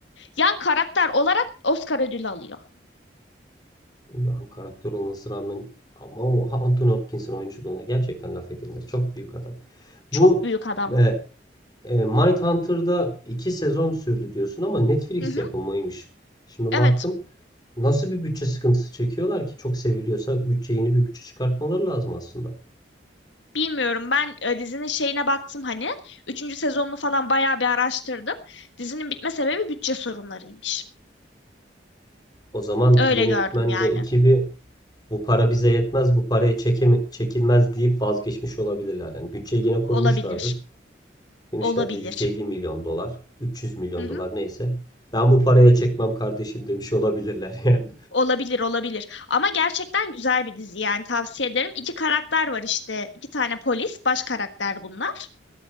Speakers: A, on the left (about 85°); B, on the left (about 20°).
A: Yan karakter olarak Oscar ödülü alıyor.
B: Yani karakter olmasına rağmen ama o Anthony Hopkins'in oyunculuğuna gerçekten laf edilmez. Çok büyük adam.
A: Çok
B: Bu
A: büyük adam.
B: e, e, Mindhunter'da iki sezon sürdü diyorsun ama Netflix
A: Hı hı.
B: yapımıymış. Şimdi
A: Evet.
B: baktım nasıl bir bütçe sıkıntısı çekiyorlar ki çok seviliyorsa bütçe yeni bir bütçe çıkartmaları lazım aslında.
A: Bilmiyorum ben e, dizinin şeyine baktım hani. Üçüncü sezonunu falan bayağı bir araştırdım. Dizinin bitme sebebi bütçe sorunlarıymış.
B: O zaman
A: Öyle
B: yönetmen
A: gördüm yani.
B: ve ekibi bu para bize yetmez, bu paraya çekeme çekilmez deyip vazgeçmiş olabilirler. Yani bütçeye yine koymuşlardır.
A: Olabilir.
B: Demişlerdir
A: Olabilir.
B: 150 milyon dolar, 300 milyon
A: Hı hı.
B: dolar neyse. Ben bu paraya çekmem kardeşim demiş olabilirler yani.
A: Olabilir olabilir ama gerçekten güzel bir dizi yani tavsiye ederim. İki karakter var işte iki tane polis baş karakter bunlar.